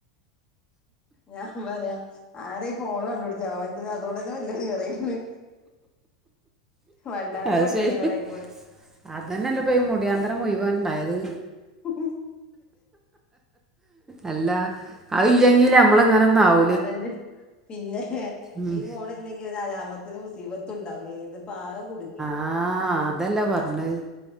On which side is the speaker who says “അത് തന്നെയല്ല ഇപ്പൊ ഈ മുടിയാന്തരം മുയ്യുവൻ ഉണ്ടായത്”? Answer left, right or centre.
Right